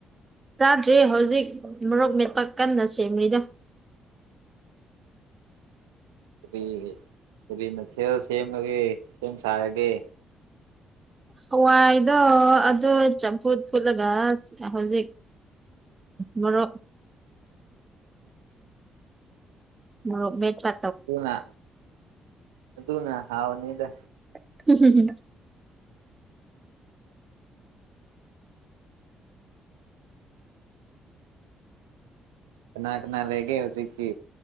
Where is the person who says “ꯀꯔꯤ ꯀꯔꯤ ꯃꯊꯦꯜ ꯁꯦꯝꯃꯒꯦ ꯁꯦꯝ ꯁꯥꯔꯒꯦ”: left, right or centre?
Right